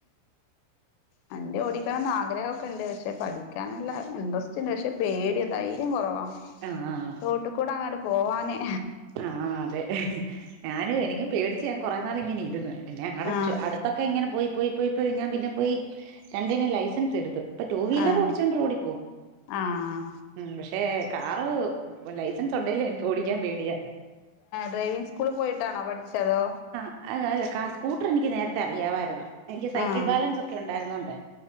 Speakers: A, on the left; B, on the right.
A: വണ്ടി ഓടിക്കണന്ന് ആഗ്രഹമൊക്കെ ഉണ്ട് പക്ഷെ പഠിക്കാനുള്ള ഇൻട്രസ്റ്റ് പക്ഷെ പേടിയ ധൈര്യം കുറവാ
B: ആഹ
A: റോട്ടിൽ കൂടെ അങ്ങോട്ട് പോവാന്
B: ആ അതെ ഞാൻ എനിക്കും പേടിച്ച ഞാൻ കുറെ നാൾ ഇങ്ങനെ ഇരുന്ന് പിന്നെ അങ്ങടച്ചു
A: ആഹ്
B: അടു അതക്കെങ്ങനെ പോയി പോയി പോയി പോയി ഞാൻ പിന്നെ പോയി രണ്ടിനും ലൈസൻസ് എടുത്തു ഇപ്പൊ ടു വീലർ
A: ആഹ്
B: ഓടിച്ചോണ്ട് റോടി പോവും
A: ആഹ്
B: ഉം പക്ഷെ കാറ് ലൈസൻസ് ഉണ്ടെലും എനിക്ക് ഓടിക്കാൻ പേടിയാ
A: ഡ്രൈവിംഗ സ്കൂളി പോയിട്ടാണോ പഠിച്ചതോ
B: അ അല്ല കാ ആ സ്കൂട്ടർ എനിക്ക് നേരത്തെ അറിയാമായിരുന്നു എനിക്ക് സൈക്കിൾ
A: ആഹ്
B: ബാലൻസ് ഒക്കെ ഉണ്ടായിരുന്നുണ്ടേ